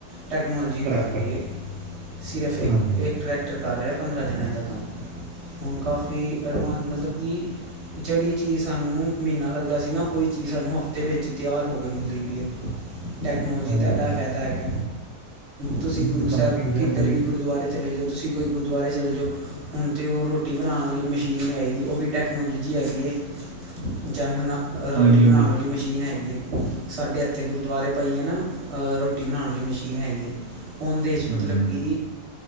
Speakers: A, on the right; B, on the right.
A: ਟੈਕਨੋਲੋਜੀ
B: ਟਰੈਕਟਰ
A: ਕਰ ਰਹੀਏ ਸਿਰਫ ਇੱਕ
B: ਹਾਂਜੀ,
A: ਟਰੈਕ ਟਕਟਰ ਕਰ ਰਿਹਾ ਪੰਦਰਾਂ ਜਣਿਆਂ ਦਾ ਕੰਮ ਹੁਣ ਕਾਫੀ ਐਡਵਾਂਸ ਮਤਲਬ ਕਿ ਜਿਹੜੀ ਚੀਜ਼ ਸਾਨੂੰ ਮਹੀਨਾ ਲੱਗਦਾ ਸੀ ਨਾ ਉਹੀ ਚੀਜ਼ ਸਾਨੂੰ ਹਫ਼ਤੇ ਵਿੱਚ ਤਿਆਰ ਹੋ ਮਿਲਦੀ ਪ ਹੈ ਟੈਕਨੋਲਜੀ
B: ਹਾਂਜੀ,
A: ਦਾ
B: ਹਾਂਜੀ,
A: ਇਹ ਫਾਇਦਾ ਹੈਗਾ ਤੁਸੀਂ
B: ਹਾਂਜੀ
A: ਗੁਰੂ
B: ਕੰਪਨੀਜ਼
A: ਸਾਹਿਬ ਕਿੱਧਰ
B: ਦੇ ਅੰਦਰ ਹੀ
A: ਵੀ ਗੁਰਦੁਆਰੇ ਚਲੇ ਜਾਓ ਤੁਸੀਂ ਕੋਈ ਗੁਰਦੁਆਰੇ ਚਲੇ ਜਾਓ ਹੁਣ ਤਾਂ ਉਹ ਰੋਟੀ ਬਣਾਉਣ ਵਾਲੀ ਮਸ਼ੀਨ ਵੀ ਆਈ ਦੀ ਉਹ ਵੀ ਟੈਕਨੋਲੋਜੀ ਹੈਗੀ ਜਵੇਂ ਹੁਣ ਰੋਟੀ
B: ਹਾਂਜੀ,
A: ਬਣਾਉਣ
B: ਹਾਂਜੀ,
A: ਵਾਲੀ ਮਸ਼ੀਨ ਹੈਗੀ ਹੈ ਸਾਡੇ ਇੱਥੇ ਗੁਰਦੁਆਰੇ ਪਈ ਹੈ ਨਾ ਰੋਟੀ ਬਣਾਉਣ ਲਈ ਮਸ਼ੀਨ ਹੈਗੀ ਹੈ ਉਹਦੇ
B: ਹੂੰ,
A: ਮਤਲਬ ਕਿ